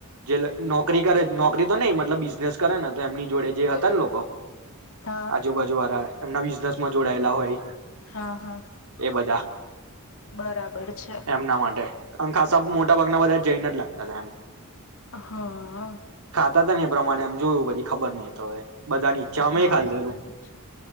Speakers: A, on the right; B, on the left.
A: જે નોકરી કરે નોકરી તો નઈ મતલબ બિઝનેસ કરે ને તો એમની જોડે જે હતા ને લોકો
B: હા
A: આજુબાજુ વારા એમના બિઝનેસ માં જોડાયેલા હોય એ
B: હા હા
A: બધા
B: બરાબર છે
A: એમના માટે ખાસ મોટા ભાગના બધા જઈ ને જ લાગતા તા એમ.
B: હા આ.
A: તા ને એ પ્રમાણે એમ જોયું પછી ખબર નહીં તો એ હવે. બધા ની ચા અમે
B: હા
A: ખાલ દેહુ
B: બરોબર છે